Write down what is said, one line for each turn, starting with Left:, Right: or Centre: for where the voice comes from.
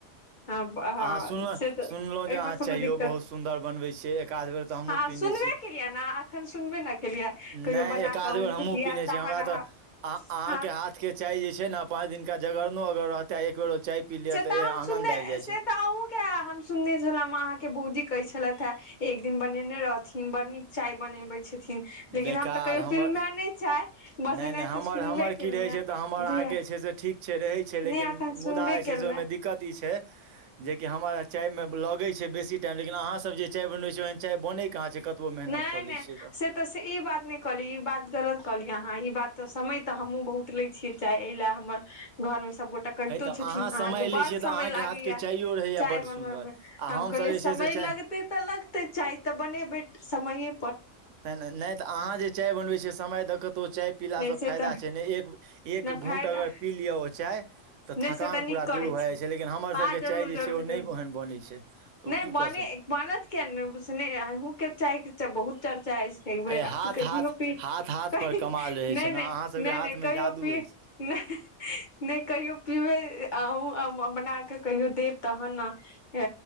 Left: हँ हँ
Right: अहाँ सुनलौं
Left: से तऽ
Right: सुनलौं जे
Left: एहिमे
Right: अहाँ चाइयो
Left: कोनो दिक्कत
Right: बहुत सुन्दर बनवैय छी एकाध बेर तऽ हमहूं
Left: हँ
Right: पीने
Left: सुनबे
Right: छी
Left: केलियै ने एखन सुनबे ने केलियै कहियो
Right: नहि
Left: बना
Right: एकाध
Left: कऽ अहूँके
Right: बेर हमहुँ
Left: पियाब
Right: पीनै छी
Left: तहन
Right: हमरा
Left: अहाँ
Right: तऽ अहाँ
Left: हँ
Right: के हाथ के चाय जे छै ने पाँच दिनका जगरनो अगर रहतै एक बेर ओ चाय पी लिअ
Left: से तऽ हम
Right: आनंद
Left: सुनने
Right: आबि जाइ
Left: से
Right: छै
Left: तऽ अहुँके हम सुनने छलहुँ अहाँके बौजी कहै छलथि हे एक दिन बनेने रहथिन बड़ नीक चाय बनेबे छै लेकिन
Right: बेकार
Left: हम तऽ कहियो
Right: हमर
Left: पिलूं ए नहि चाय बस
Right: नहि
Left: एनाहिते
Right: नहि हमर
Left: सुनबे
Right: हमर
Left: केलहुँ
Right: की रहैत
Left: हे
Right: छै तऽ हमर
Left: बुझलियै
Right: अहाँकेँ छै से ठीक छै रहैत छै
Left: नहि
Right: लेकिन
Left: एखन सुनबे
Right: मुदा जे
Left: केलहुँ
Right: छै से ओहिमे
Left: हे
Right: दिक्कत ई जे हम चायमे लगै छै बेसी टाइम लेकिन अहाँ सब जे चाय बनबइ छियै बोनेै कहाँ छै कतबो मेहनत
Left: नहि
Right: कऽ
Left: नहि
Right: लै छियै
Left: से तऽ से ई बात नहि कहली ई बात गलत कहली अहाँ ई बात तऽ समय तऽ हमहुँ बहुत लै छियै चाहे एहि लए हमर घरमे सब गोटा कहितो
Right: हे तऽ
Left: छथिन
Right: अहाँ समय
Left: आंहाँ के
Right: लै
Left: बड्ड
Right: छियै तऽ
Left: समय
Right: अहाँके
Left: लागैए
Right: हाथके
Left: ये
Right: चाइयो रहैए
Left: चाय
Right: बड्ड
Left: बनबमे
Right: सुन्दर आ हमसभ जे छै से
Left: समय
Right: चाय
Left: लगते तऽ लगते चाय तऽ बनेबै समय
Right: त नहि तऽ अहाँ जे चाय बनबै समय दऽ कऽ तऽ ओ चाय पीलासँ
Left: नहि से
Right: फायदा
Left: तऽ
Right: छै ने एक एक
Left: नहि
Right: घूंट
Left: फायदा
Right: अगर पी लिय ओ चाय तऽ थकान
Left: नहि से तऽ
Right: पूरा
Left: नीक करै
Right: दूर भए
Left: छी
Right: जाइ छै लेकिन हमर
Left: हँ
Right: सबके
Left: जरूर
Right: चाय जे
Left: जरूर
Right: छै ओ नहि
Left: जरूर
Right: ओहन बनै छै तऽ ओ
Left: नहि
Right: की कर
Left: बनत किये नै अहूँ के चाय के बहुत चर्चा अछि एक बेरी
Right: अरे हाथ
Left: क
Right: हाथ
Left: जी पी
Right: हाथ हाथ
Left: क
Right: पर कमाल रहै
Left: नहि
Right: छै
Left: नहि
Right: ने अहाँ सबके
Left: नहि नहि
Right: हाथ
Left: कहियो
Right: मे जादू
Left: पी
Right: अछि
Left: नहि नहि कहियो पी पिबै अ बनाके कहियो देब तहन ने